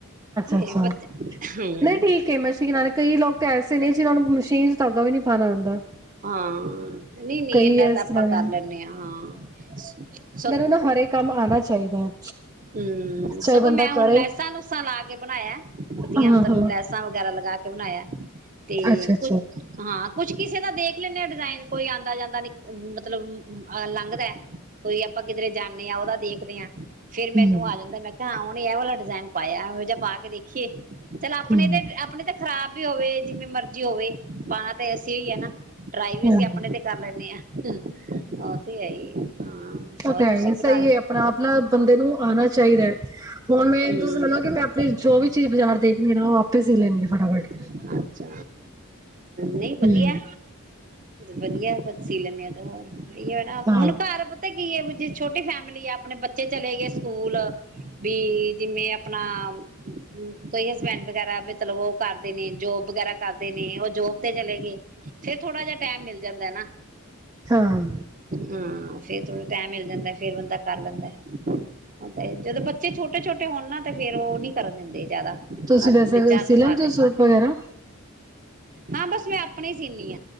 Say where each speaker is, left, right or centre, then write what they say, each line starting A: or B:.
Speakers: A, on the right; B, on the right.
A: ਤੇ
B: ਅੱਛਾ
A: ਬੱਚ ਹਮ
B: ਨਹੀਂ ਠੀਕ ਹੈ ਮਸ਼ੀਨ ਵਾਲੇ ਕਈ ਲੋਕ ਤਾਂ ਐਸੇ ਨੇ ਜਿਹਨਾਂ ਨੂੰ ਮਸ਼ੀਨ ਚ ਧਾਗਾ ਵੀ ਨਹੀਂੀ ਪਾਣਾ ਹੁੰਦਾ
A: ਹਾਂ ਨਹੀਂ ਨਹੀਂ
B: ਕਈ
A: ਇੰਨਾ
B: ਹੈ ਇਸ
A: ਤਾਂ
B: ਤਰ੍ਹਾਂ
A: ਆਪਾਂ
B: ਦੇ
A: ਕਰ ਲੈਂਦੇ ਹਾਂ ਸਗ
B: ਨਾ ਹਰੇ ਕੰਮ ਆਉਣਾ ਚਾਹੀਦਾ ਹੈ
A: ਹਮ
B: ਚਾਹੇ
A: ਸਗੋਂ
B: ਬੰਦਾ
A: ਮੈਂ ਹੁਣ
B: ਕਰੇ
A: ਲੈਸਾਂ ਲੂਸਾਂ ਲਾ ਕੇ ਬਣਾਇਆ ਵਤੀਆਂ
B: ਹਾਂ
A: ਮਤਲਬ
B: ਹਾਂ
A: ਲੈਸਾਂ ਵਗੈਰਾ ਲਗਾ ਕੇ ਬਣਾਇਆ ਤੇ
B: ਅੱਛਾ
A: ਕੁਛ
B: ਅੱਛਾ
A: ਹਾਂ ਕੁਛ ਕਿਸੇ ਦਾ ਦੇਖ ਲੈਂਦੇ ਹਾਂ ਡਿਜ਼ਾਇਨ ਕੋਈ ਆਉਂਦਾ ਜਾਂਦਾ ਨ ਮਤਲਬ ਲੰਘਦਾ ਕੋਈ ਆਪਾਂ ਕਿਧਰੇ ਜਾਂਦੇ ਹਾਂ ਉਹਦਾ ਦੇਖਦੇ ਹਾਂ ਫੇਰ ਮੈਨੂੰ
B: ਹਮ
A: ਆ ਜਾਂਦਾ ਮੈਂ ਕਿਹਾ ਆਪ ਇਹ ਵਾਲਾ ਡਿਜ਼ਾਇਨ ਪਾਇਆੋ ਜਹਾ ਪਾ ਕੇ ਦੇਖੀਏ ਚਲ ਆਪਣੇ
B: ਹਮ
A: ਤੇ ਆਪਣੇ ਤੇ ਖ਼ਰਾਬ ਵੀ ਹੋਵੇ ਜਿਵੇਂ ਮਰਜ਼ ਹੋਵੇ ਪਾਣਾ ਤਾਂ ਅਸੇ ਹੀ ਹੈ ਨਾ ਟਰਾਈ ਵੀ
B: ਹਮ
A: ਅਸੀਂ ਆਪਣੇ ਤੇ ਕਰ ਲੈਂਦੇ ਹਾਂ ਉਹ ਤੇ ਹੈ ਹੀ ਹਾਂ ਹੋਰ
B: ਉਹ ਤਾਂ ਹੈ
A: ਤੁਸੀਂ
B: ਹੀ ਹੈ,
A: ਬਣਾ
B: ਸਹੀ
A: ਲੈਣਾ
B: ਹੈ ਆਪਣਾ ਆਪਣਾ ਬੰਦੇ ਨੂੰ ਆਉਣਾ ਚਾਹੀਦਾ ਹੈ ਹੁਣ ਮੈਂ
A: ਹੂੰ
B: ਤੁਸੀਂ ਮੰਨੂੰ ਕਿ ਮੈਂ ਆਪਣੀ ਜੋ ਵੀ ਚੀ ਬਾਜ਼ਾਰ ਦੇਖਣੀ ਐ ਨਾ, ਉਹ ਆਪੇ ਸੀ ਲੈੈਂਦੇ ਆ <unintelligible>
A: <inaudible> ਨਹੀਂ ਵਧੀਆ
B: ਹੂੰ,
A: ਵਧੀਆ ਸੀ ਲੈਨੇ ਆਂ ਤਾਂ ਹੋਰ ਅਹਿਯੋ ਨਾ
B: ਹਾਂ,
A: ਮੈਨੂੰ ਘਾਰ ਪਤਾ ਕੀ ਜੇ ਛੋਟੀ ਫੈਮਿਲੀ ਆ ਆਪਣੇ ਬੱਚੇ ਚਲੇ ਗਏ ਸਕੂਲ ਵੀ ਜਿਵੇਂ ਆਪਣਾ ਕੋਈ ਹਸਬੈਂਡ ਵਗੈਰਾ ਮਤਲਬ ਉਹ ਕਰ ਦੇ ਨੇ ਜੋਬ ਵਗੈਰਾ ਕਰਦੇ ਨੇ ਉਹ ਜੋਬ ਤੇ ਚਲੇ ਗਏ ਫੇਰ ਥੋੜਾ ਜਿਹਾ ਟਾਈਮ ਮਿਲਦਾ ਜਾਂਦਾ ਨਾ
B: ਹਾਂ
A: ਹਾਂ ਤੇ ਥੋੜਾ ਟੈਮ ਮਿਲ ਜਾਂਦਾ ਫੇਰ ਬੰਦਾ ਕਰ ਲੈਂਦਾ ਤੇ ਜਦੋਂ ਬੱਚੇ ਛੋਟੇ ਛੋਟੇ ਹੋਣ ਨਾ ਤੇ ਫੇਰ ਉਹ ਨੀ ਕਰਨ ਦਿੰਦੇ ਜਿਆਦਾ
B: ਤੁਸੀਂ
A: ਹੱ
B: ਵੈਸੇ
A: ਵਿੱਚ ਹੱਥ
B: ਸੀ ਲੈਂਦੇ
A: ਮਾਰਦੇ
B: ਹੋ ਸੂਟ ਵਗੈਰਾ?
A: ਹਾਂ ਬਸ ਮੈਂ ਆਪਣੇ ਹੀ ਸੀਨੀ